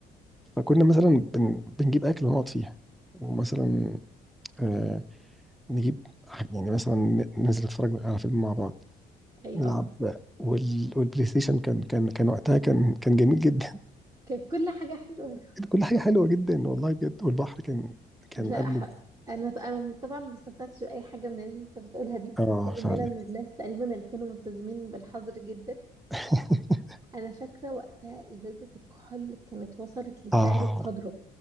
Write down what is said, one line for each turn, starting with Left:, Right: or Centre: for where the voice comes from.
Centre: فكنا مثلا بن بنجيب اكل ونقعد فيها ومثلا آه نجيب يعني مثلا ن- ننزل نتفرج على فيلم مع بعض
Right: ايوه
Centre: نلعب وال... والبلاي ستيشن كان كان كان وقتها كان كان جميل جدا
Right: كانت كل حاجة حلوة
Centre: <laughs> كل حاجه حلوه جدا والله بجد والبحر كان كان
Right: لا
Centre: قبل
Right: ح... أنا أنا طبعا ما استمتعتش بأي حاجة من اللي أنت بتقولها دي
Centre: اه
Right: لأن
Centre: فعلا
Right: أنا من الناس تقريبا اللي كانوا ملتزمين بالحظر جدا
Centre: <laughs>
Right: أنا فاكرة وقتها إزازة الكحول كانت وصلت لسعر
Centre: اه
Right: بقدره